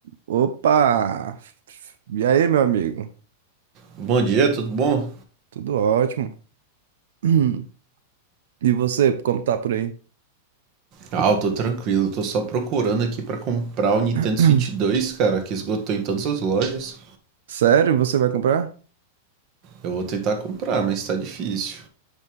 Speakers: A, on the right; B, on the right.
A: Opa! E aí, meu amigo?
B: Bom dia, tudo bom?
A: Tudo ótimo. <clears throat> E você, como tá por aí?
B: Ah, eu tô tranquilo, tô só procurando aqui pra comprar o Nintendo
A: <clears throat>
B: Switch 2, cara, que esgotou em todas as lojas.
A: Sério, você vai comprar?
B: Eu vou tentar comprar, mas tá difícil.